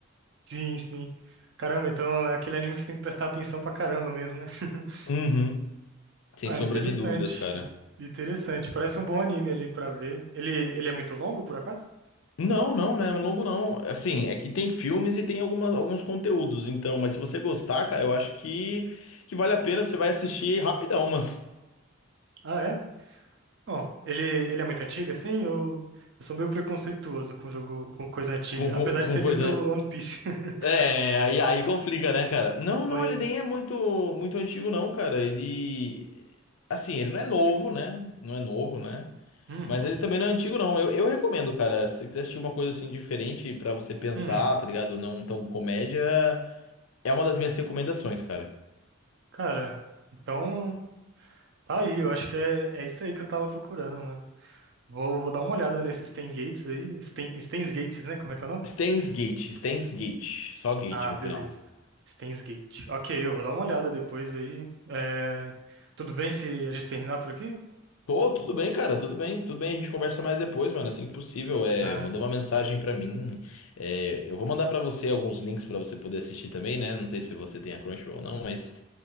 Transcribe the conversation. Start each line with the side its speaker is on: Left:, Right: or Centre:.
Right: Sim, sim. Caramba, então é aquele anime que você tem que prestar atenção pra caramba mesmo, né? <laughs>
Left: Uhum. Sem
Right: Ah,
Left: sombra
Right: interessante.
Left: de dúvidas, cara.
Right: in- Interessante. Parece um bom anime ali pra ver. Ele, ele é muito longo, por acaso?
Left: Não, não, né? Longo não. Assim, é que tem filmes e tem algumas, alguns conteúdos, então, mas se você gostar, cara, eu acho que, que vale a pena, você vai assistir rapidão, mano. <laughs>
Right: Ah, é? Ó, ele, ele é muito antigo, assim? Eu, eu sou meio preconceituoso com jogo, com coisa antiga.
Left: Com, com,
Right: Apesar
Left: com
Right: de ter
Left: coisa.
Right: visto One Piece. <laughs>
Left: É, aí, aí complica, né, cara? Não,
Right: Mas.
Left: não, ele nem é muito, muito antigo, não, cara. Ele. Assim, ele não é novo, né? Não é novo, né?
Right: Uhum.
Left: Mas ele também não é antigo, não. Eu, eu recomendo, cara. Se você quiser assistir uma coisa assim diferente pra você pensar,
Right: Hum,
Left: tá ligado? Não tão comédia, é uma das minhas recomendações, cara.
Right: cara, então. Tá aí, eu acho que é, é isso aí que eu tava procurando, mano. Vou, vou dar uma olhada nesses Stan Gates aí. Stan, Stan's Gates, né? Como é que é o nome?
Left: Steins Gate, Steins Gate, só Gate
Right: Ah,
Left: no
Right: beleza.
Left: final.
Right: Stan's Gate. Ok, eu vou dar uma olhada depois aí. É, Tudo bem se a gente terminar por aqui?
Left: Tô, tudo bem, cara, tudo bem, tudo bem. A gente conversa mais depois, mano, assim que possível. É,
Right: Ah,
Left: mandou uma mensagem pra mim. É, eu vou mandar pra você alguns links pra você poder assistir também, né? Não sei se você tem a Crunchyroll ou não, mas